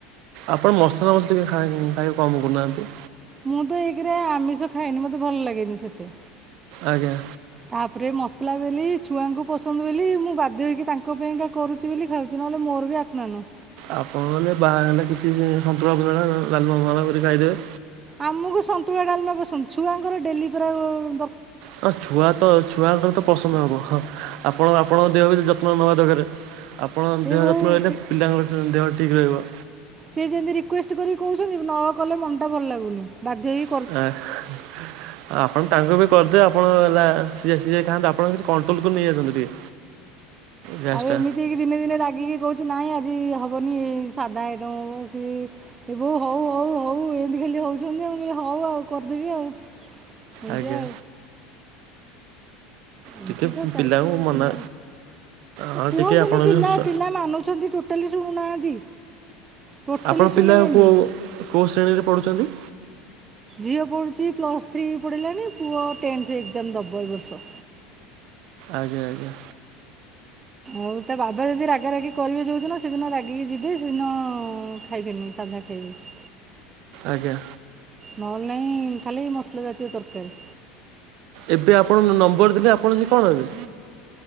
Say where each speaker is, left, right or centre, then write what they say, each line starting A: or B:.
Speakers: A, on the right; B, on the right.
A: ଆପଣ ମସଲା ମସଲି ଖାଇ ଖାଇବା କମ୍ କରୁନାହାନ୍ତି।
B: ମୁଁ ତ ଏକ ରେ ଆମିଷ ଖାଏନି, ମତେ ଭଲ ଲାଗେନି ସେତେ।
A: ଆଜ୍ଞା।
B: ତାପରେ ମସଲା ବଲି ଛୁଆଙ୍କୁ ପସନ୍ଦ ବୋଲି ମୁଁ ବାଧ୍ୟ ହୋଇକି ତାଙ୍କ ପାଇଁକା କରୁଚି ବୋଲି ଖାଉଛି। ନହେଲେ ମୋର ବି। <unintelligible>
A: ଆପଣ ନହେଲେ ବାହା ହେଲେ କିଛି ସନ୍ତୁଳା ଫନ୍ତୁଲ ଡ଼ାଲମା ଫାଲ୍ମା କରି ଖାଇଦେବେ।
B: ଆମକୁ ସନ୍ତୁଳା ଡାଲମା ପସନ୍ଦ। ଛୁଆଙ୍କର ଡେଲି ପରା ଦର
A: ହଁ ଛୁଆ ତ ଛୁଆଙ୍କର ବି ତ ପସନ୍ଦ ହବ। ହଁ ଆପଣ ଆପଣଙ୍କ ଦେହ ବି ଯତ୍ନ ନବା ଦରକାର। ଆପଣ ଦେହ
B: ଏ ବୋଉ
A: ଯତ୍ନ ନେଲେ
B: ଟି-
A: ପିଲାଙ୍କ ଦେହ ଠିକ୍ ରହିବ।
B: ସେ ଯେମିତି ରିକ୍ୟୁଷ୍ଟ କରି କହୁଛନ୍ତି ନ କଲେ ମନ ଟା ଭଲ ଲାଗୁନି। ବାଧ୍ୟ ହେ
A: <unintelligible> ଆପଣ ତାଙ୍କ ପାଇଁ କରିଦେବେ। ଆପଣ ହେଲା ସିଝା ସିଝା ଖାଆନ୍ତୁ। ଆପଣ କିନ୍ତୁ କଣ୍ଟ୍ରୋଲକୁୁ ନେଇ ଆସନ୍ତୁ ଟିକେ। ଗ୍ୟାସ୍ଟା
B: ଆଉ ଏମିତି ଦିନେ ଦିନେ ରାଗିକି କହୁଚି ନାଇଁ ଆଜି ହବନି ସାଧା ଆଇଟମ ହବ। ସିଏ ଏ ବୋଉ ହଉ ହଉ ହଉ ଏମିତି ଖାଲି ହଉଛନ୍ତି ଆଉ। ମୁଁ କହିଲି ହଉ ଆଉ କରିଦେବି ଆଉ, ଏମିତି
A: ଆଜ୍ଞା
B: ଆଉ। ଏମିତି
A: ଟିକେ
B: ତ
A: ପିଲାଙ୍କୁ
B: ଚାଲିଚି ଆଉ।
A: ମନା
B: ପିଲାଙ୍କୁ
A: ହଁ
B: କୁହନ୍ତୁନି
A: ଟିକେ ଆପଣ
B: ପିଲା
A: ବି ସ
B: ପିଲା ମାନୁଛନ୍ତି ଟୋଟାଲି ଶୁଣୁନାହାନ୍ତି। ଟୋଟାଲି
A: ଆପଣ
B: ଶୁଣିବେନି
A: ପିଲା କେଉଁ କେଉଁ ଶ୍ରେଣୀରେ ପଢ଼ୁଛନ୍ତି?
B: ଝିଅ ପଢ଼ୁଚି ପ୍ଲସ୍ ଥ୍ରୀ ପଢ଼ିଲାଣି ପୁଅ ଟେନ୍ଥ ଏକ୍ଜାମ ଦବ ଏ ବର୍ଷ।
A: ଆଜ୍ଞା ଆଜ୍ଞା।
B: ଆଉ ତା ବାବା ଯଦି ରାଗା ରାଗି କରିବେ ଯୋଉଦିନ ସେଦିନ ରାଗିକି ଯିବେ ସେଦିନ ଖାଇବେନି ସାଧା ଖାଇବେ।
A: ଆଜ୍ଞା।
B: ନହେଲେ ନାହିଁ ଖାଲି ମସଲା ଜାତୀୟ ତରକାରୀ।
A: ଏବେ ଆପଣ ଯୋଉ ନମ୍ବର ଦେଲେ ଆପଣ ସେ କଣ ହେବେ?